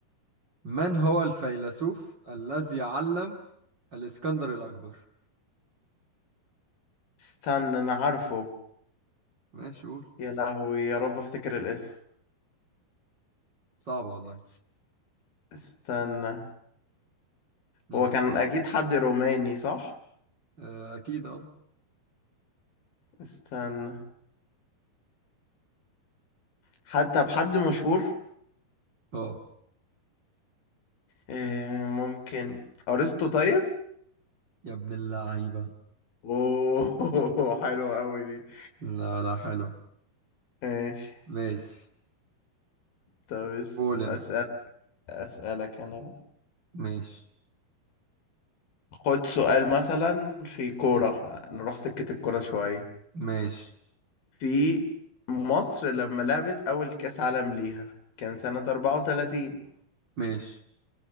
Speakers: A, on the right; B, on the left.
A: من هو الفيلسوف الذي علم الإسكندر الأكبر؟
B: استنى أنا عارفه
A: ماشي قول
B: يا لهوي يا رب افتكر الاسم
A: صعبة والله
B: اس- استنى
A: ماشي
B: هو كان أكيد حد روماني صح
A: آه، أكيد أه
B: استنى حتى بحد مشهور
A: أه
B: إيه ممكن أرسطو طيب
A: يا ابن اللعيبة
B: اوه <laughs> حلوة قوي دي
A: لا لا حلو
B: ماشي
A: ماشي
B: طب اس-
A: قول أنت
B: اسالك اسالك انا بقى.
A: ماشي
B: خد سؤال مثلا في كورة نروح سكة الكورة شوية
A: ماشي
B: في مصر لما لعبت أول كأس عالم ليها كان سنة 34
A: ماشي